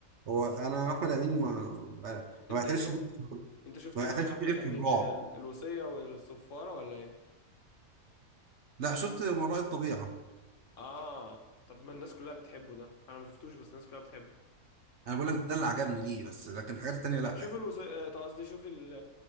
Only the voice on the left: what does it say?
انت
ايه
انت شفت
له ايه يا احمد
امين
ال- الوصية والصفارة ولا ايه
اه طب ما الناس كلها بتحبه ده انا ما شفتوش بس الناس كلها بتحبه
طب شوف
الوصية قصدي شوف ال-